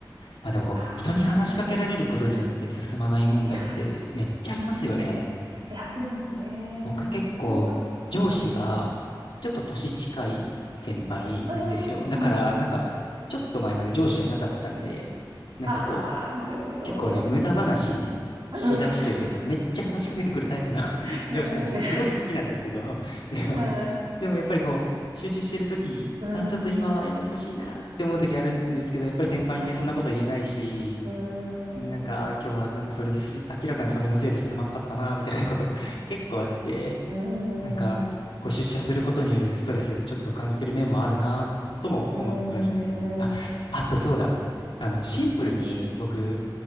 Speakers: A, on the left; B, on the right.
A: まあ、でもこう、
B: ああ、
A: 人に話しかけられることによって進まない問題ってめっちゃありますよね。
B: そうなんですね。いや、そう。うん。いや、ありますね。
A: 僕結構上司がちょっと年近い先輩なんですよ。
B: なんかそこが、うん。ええ、
A: だからなんかちょっと前まで上司じゃなかったんで、
B: はい。いいですね。
A: なんかこう結構ね無駄話しがちというかめっちゃ話しかけてくるタイプの
B: ああ、なるほど。うん、わかります。<laughs>
A: <laughs>
B: いやいやいや、
A: 上司なんですよ。すごい好きなんですけど、でも、
B: はい。
A: でもやっぱりこう集中してるとき、
B: うー
A: あ、ちょっと今はやめてほしいなって思うときあるんですけど、
B: ん。
A: やっぱり先輩にねそんなこと言えないし、
B: そうそう。うーん。
A: なんかあ今日はなんかそれです、明らかにそれのせいですまんかったなみたいなこと結構あって、
B: うーん。
A: なんか、
B: う
A: ご出社することによるストレス、ちょっと感じてる面もあるな、とも思ってましたね。
B: ーん、
A: あ、
B: う
A: あとそうだ。あの、シンプルに僕、